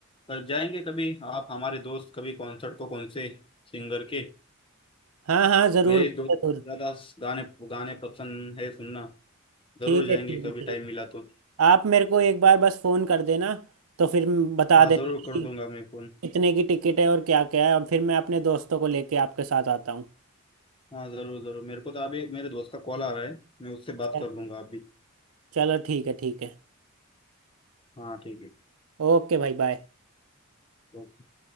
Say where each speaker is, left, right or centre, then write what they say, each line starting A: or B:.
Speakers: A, on the left; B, on the right.
A: जाएंगे कभी आप हमारे दोस्त कभी कॉन्सर्ट को कौन से सिंगर के
B: हाँ हाँ जरूर
A: मेरे दोस्त
B: जरूर
A: को ज्यादा गाने गाने पसंद है सुनना जरूर
B: ठीक
A: जाएंगे
B: है ठीक है
A: कभी
B: ठीक है
A: टाइम मिला तो
B: आप मेरे को एक बार बस फोन कर देना तो फिर म- बता
A: हाँ
B: देना
A: जरूर कर
B: कि
A: दूंगा मैं फोन
B: कितने की टिकट है और क्या क्या है और फिर मैं अपने दोस्तों को लेके आपके साथ आता हूँ
A: हाँ जरूर जरूर मेरे को तो अभी एक मेरे दोस्त का कॉल आ रहा है मैं उससे बात
B: चल-
A: कर लूंगा अभी
B: चलो ठीक है ठीक है
A: हाँ ठीक है
B: ओके भाई बाय
A: ओके।